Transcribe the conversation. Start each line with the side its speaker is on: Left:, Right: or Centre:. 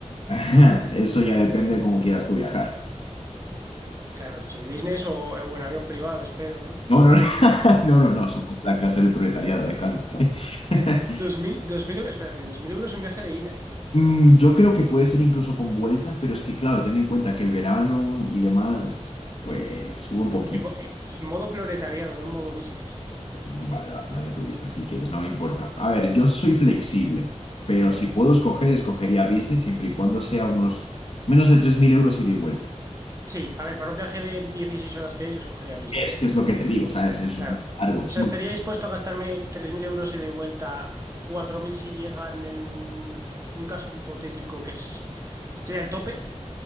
Left: <laughs> Eso ya depende de cómo quieras tú viajar.
Right: Claro, si en business o, eh, o en avión privado, espero, ¿no?
Left: No, no, no, <laughs> no, no, no, somos la clase del proletariado, eh, cálmate. <laughs>
Right: 2000, 2000, eu- espérate, 2000 euros un viaje de ida.
Left: Mm, Yo creo que puede ser incluso con vuelta, pero es que, claro, ten en cuenta que el verano y demás, pues sube un poquito.
Right: En, mo- eh, en modo proletariado, no en modo business.
Left: Vale, va, dale tu lista si quieres, no me importa. A ver, yo soy flexible, pero si puedo escoger, escogería business siempre y cuando sea unos menos de 3.000 euros ida y vuelta.
Right: Sí, a ver, para un viaje de 16 horas que ellos cogería business.
Left: Es que es lo que te digo, ¿sabes? Es
Right: Claro.
Left: muy largo, es
Right: O sea,
Left: muy...
Right: estaría dispuesto a gastarme 3.000 euros ida y de vuelta, 4.000 si llegan en un caso muy hipotético que es, sería el tope,